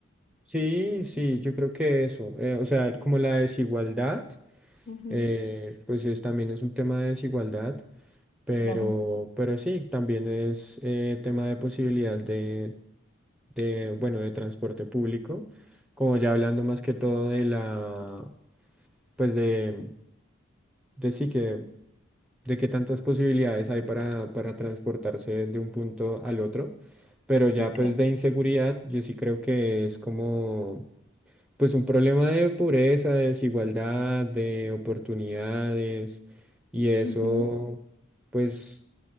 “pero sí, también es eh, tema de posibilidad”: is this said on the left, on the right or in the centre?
Centre